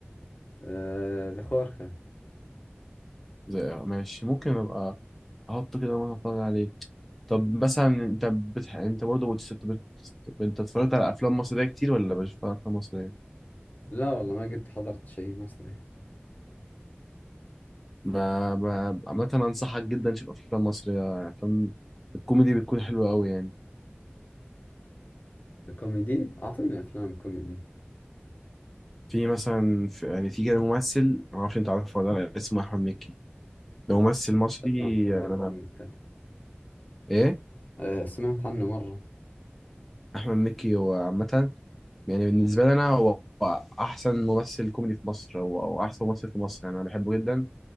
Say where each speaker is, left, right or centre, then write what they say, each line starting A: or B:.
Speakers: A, on the left (about 45°); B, in the centre.
A: آه ذا خورخة
B: زي- آه، ماشي ممكن ابقى احطه كده وانا هتفرج عليه طب مثلا انت بتح... انت برضه بتست... بت... انت اتفرجت على افلام مصريه كتير ولا مش بتتفرج على افلام مصريه
A: لا والله ما قد حضرت شيء مصري
B: ب- ب- عامة أنصحك جدا تشوف أفلام مصرية أفلام الكوميدي بتكون حلوة أوي يعني
A: كوميدي أعطيني أفلام كوميدي
B: في مثلا في يعني في كده ممثل معرفش أنت عارفه ولا لأ اسمه أحمد مكي ده
A: آه،
B: ممثل مصري
A: أسمع في هذا
B: أنا
A: الممثل
B: إيه
A: آه سمعت عنه مرة
B: أحمد مكي هو عامة يعني بالنسبة لي أنا هو هو أحسن ممثل كوميدي في مصر هو هو أحسن ممثل في مصر يعني أنا بحبه جدا